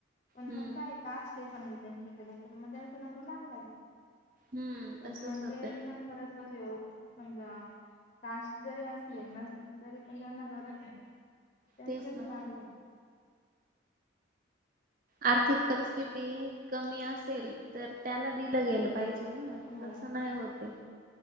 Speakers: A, on the left; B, on the right.
A: पण
B: हम्म
A: मग काय? दहा स्टेशनला त्यांच्याकडे तर मग त्यांचा नंबर लागलाय.
B: हम्म
A: पण
B: तसच
A: म्हणजे
B: होतय
A: ना खरंच गरज हो समजा. कास्ट जरी असले नसले तरी पण त्यांना गरजेना त्यांचा
B: तेच
A: नई
B: ना
A: लागलं.
B: आर्थिक परिस्थिती कमी असेल तर त्याला दिलं गेल. पाहिजे ना त
A: हो
B: तसं नाही होते.